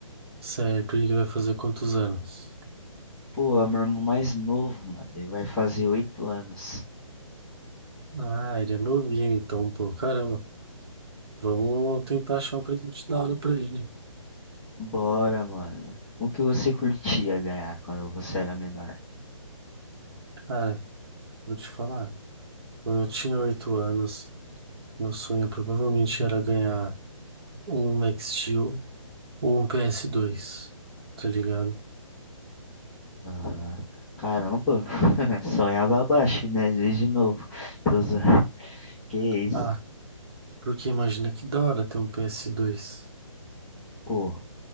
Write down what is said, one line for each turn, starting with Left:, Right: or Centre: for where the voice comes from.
Right: Certo, e ele vai fazer quantos anos?
Centre: Pô, é o meu irmão mais novo, mano. Ele vai fazer oito anos.
Right: Ah, ele é novinho, então, pô, caramba. Vamos tentar achar um presente da hora pra ele.
Centre: Bora, mano. O que você curtia ganhar quando você era menor?
Right: Cara, vou te falar. Quando eu tinha oito anos, meu sonho provavelmente era ganhar um Max Steel ou um ps dois. tá ligado?
Centre: Aham. Caramba, <laughs> sonhava abaixo, né? Desde novo. Tô zoando. Que isso,
Right: Ah, porque imagina que da hora ter um ps dois.
Centre: pô,